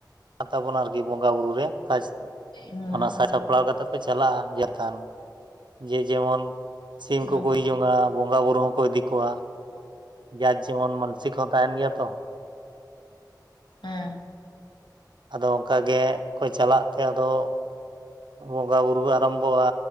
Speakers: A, on the right (about 85°); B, on the left (about 75°).
A: ᱛᱟᱵᱚᱱᱟ ᱟᱨᱠᱤ ᱵᱚᱸᱜᱟ ᱵᱩᱨᱩ ᱨᱮ ᱥᱟᱡᱽ᱾
B: ᱦᱮᱸ
A: ᱚᱱᱟ ᱥᱟᱡᱽ ᱥᱟᱯᱲᱟᱣ ᱠᱟᱛᱮ ᱠᱚ ᱪᱟᱞᱟᱜᱼᱟ, ᱡᱟᱛᱟᱱ᱾ ᱡᱮ ᱡᱮᱢᱚᱱ ᱥᱤᱢ
B: ᱦᱮᱸ
A: ᱠᱚᱠᱚ ᱤᱫᱤ ᱡᱚᱝᱼᱟ, ᱵᱚᱸᱜᱟ ᱵᱩᱨᱩ ᱦᱚᱸᱠᱚ ᱤᱫᱤ ᱠᱚᱣᱟ᱾ ᱡᱟᱨ ᱡᱮᱢᱚᱱ ᱢᱟᱱᱥᱤᱠ ᱦᱚᱸ ᱛᱟᱸᱦᱮᱱ ᱜᱮᱭᱟ ᱛᱚ᱾
B: ᱦᱮᱸ᱾
A: ᱟᱫᱚ ᱚᱝᱠᱟ ᱜᱮ ᱠᱚ ᱪᱟᱞᱟᱜ ᱛᱮ, ᱟᱫᱚ ᱵᱚᱸᱜᱟ ᱵᱩᱨᱩ ᱟᱨᱟᱢᱵᱚᱜᱼᱟ